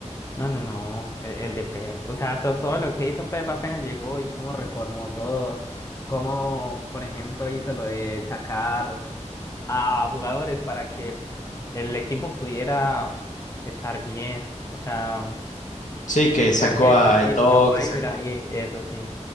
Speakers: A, on the left; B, on the left.
A: No, no, no, el, el de Pep. O sea, to- todo lo que hizo Pep apenas llegó y cómo reformó todo. Cómo, por ejemplo, hizo lo de sacar. a jugadores para que el equipo pudiera estar bien. O sea,
B: Sí, que sacó
A: creo que
B: a
A: eso
B: Eto'o,
A: sí sacó
B: que
A: a
B: sacó
A: Ibra y eso sí,